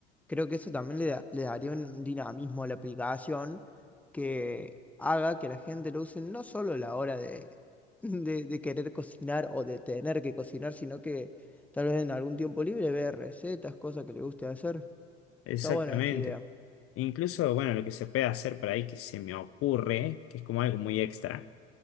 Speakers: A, in the centre; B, on the left (about 45°).
A: Creo que eso también le, da- le daría un dinamismo a la aplicación que haga que la gente lo use no solo a la hora de, <laughs> de, de querer cocinar o de tener que cocinar, sino que tal vez en algún tiempo libre vea recetas, cosas que le guste hacer.
B: Exactamente.
A: Está buena esa idea.
B: Incluso, bueno, lo que se puede hacer por ahí que se me ocurre, que es como algo muy extra,